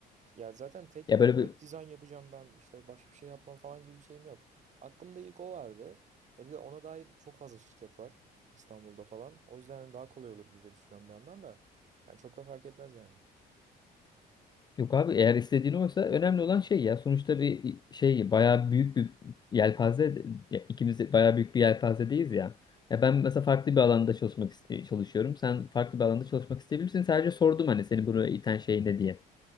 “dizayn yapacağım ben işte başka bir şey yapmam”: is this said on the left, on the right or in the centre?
Right